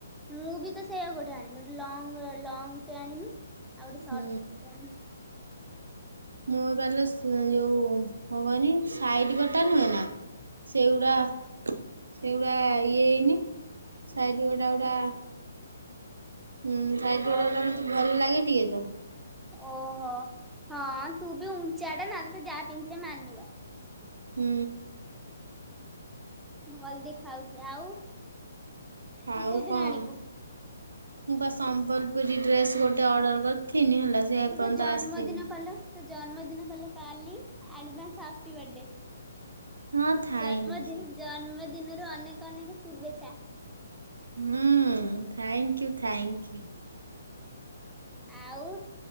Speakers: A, in the centre; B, on the right.
A: ମୁଁ ବି ତ ସେଇଆ ଗୋଟେ ଆଣିବି ଗୋଟେ ଲଙ୍ଗ ଲଙ୍ଗଟେ ଆଣିମି ଆଉ ଗୋଟେ ସର୍ଟ
B: ହୁଁ।
A: କୁର୍ତ୍ତୀଟେ ଆଣିବି
B: ମୁଁ ପାଲୋ ସ୍ ଯୋଉ କଣ କହନି? ସାଇଟ୍ କଟା
A: ହୁଁ
B: ନୁହେଁ ନା ସେଇଗୁଡା ସେଉଡା ଇଏ ହେଇନି ସାଇଡ ଗୋଟା, ଗୋଟା। ହୁଁ ସାଇଟ
A: ହୁଁ।
B: ଉଡା ମତେ ଭଲ ଲାଗେ ଟିକେ ତ।
A: ଓହୋ ହଁ ତୁ ବି ଉଞ୍ଚଟା ନା ଯାହା ପିନ୍ଧିଲେ ମାନିବା।
B: ହୁଁ।
A: ଭଲ୍ ଦେଖା ଆଉଚି ଆଉ। ତୁ
B: ଆଉ
A: କୋଉଦିନ
B: କଅଁ।
A: ଆଣିବୁ?
B: ମୁଁ ବା ସମ୍ବଲପୁରୀ ଡ୍ରେସ ଗୋଟେ ଅର୍ଡର କରିଥିନି ହେଲା। ସେ ଏପର୍ଯ୍ୟନ୍ତ
A: ତୋ ଜନ୍ମଦିନ
B: ଆସିନି।
A: ପାଲୋ ଜନ୍ମଦିନ ପା ଲୋ କାଲି ଆଡଭାନ୍ସ ହାପି ବାର୍ଥଡେ।
B: ହଁ ଥାଇଙ୍କ୍ୟୁ
A: ଜନ୍ମଦିନ୍‌ ଜନ୍ମଦିନରୁ ଅନେକ ଅନେକ ଶୁଭେଚ୍ଛା।
B: ହୁଁ ଥ୍ୟାଙ୍କୟୁ ଥ୍ୟାଇଙ୍କି।
A: ଆଉ